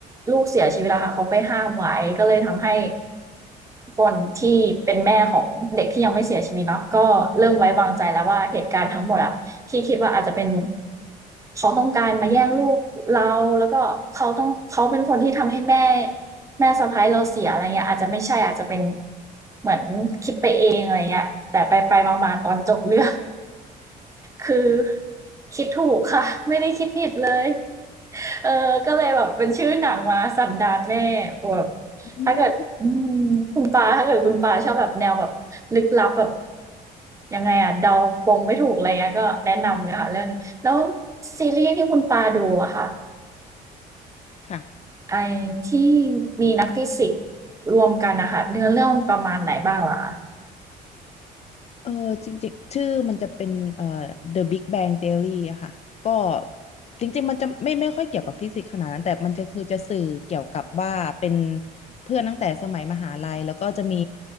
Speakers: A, on the right (about 20°); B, on the left (about 40°).
A: ลูกเสียชีวิตอะค่ะเขาไปห้ามไว้ก็เลยทำให้คนที่เป็นแม่ของเด็กที่ยังไม่เสียชีวิตเนาะก็เริ่มไว้วางใจแล้วว่าเหตุการณ์ทั้งหมดอะ ที่คิดว่าอาจจะเป็นเขาต้องการมาแย่งลูกเราแล้วก็เขาต้องเขาเป็นคนที่ทำให้แม่แม่สะพ้ายเราเสียอะไรเงี้ยอาจจะไม่ใช่อาจจะเป็นเหมือนคิดไปเองอะไรเงี้ยแต่ไปไปมาๆตอนจบเรื่อง คือคิดถูกค่ะ <laughs> ไม่ได้คิดผิดเลยเออก็เลยแบบเป็นชื่อหนังมาสันดานแม่แบบ
B: อืม
A: ถ้าเกิดอืมคุณปาถ้าเกิดคุณปาชอบแบบแนวแบบลึกลับแบบยังไงอะเดาปมไม่ถูกอะไรเงี้ยก็แนะนำเลยค่ะเรื่องนี้แล้วซีรีส์ที่คุณปาดูอะค่ะ
B: ค่ะ
A: ไอที่มีนักฟิสิกส์รวมกันนะคะเนื้อเรื่องประมาณไหนบ้างล่ะคะ
B: เออจริงๆชื่อมันจะเป็นเอ่อ The Big Bang Theory อะค่ะก็จริงๆมันจะไม่ไม่ค่อยเกี่ยวกับฟิสิกส์ขนาดนั้นแต่มันจะคือจะสื่อเกี่ยวกับว่าเป็นเพื่อนตั้งแต่สมัยมหาลัยแล้วก็จะมี